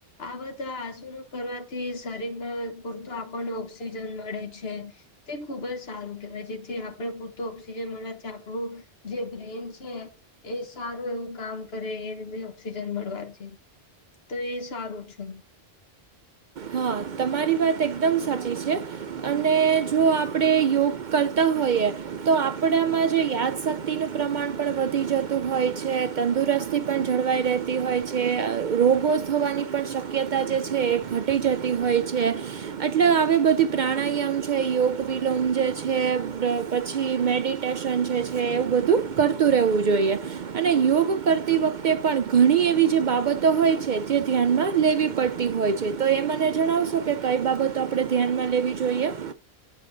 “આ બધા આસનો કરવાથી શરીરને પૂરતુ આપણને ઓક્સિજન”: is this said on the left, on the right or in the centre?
Left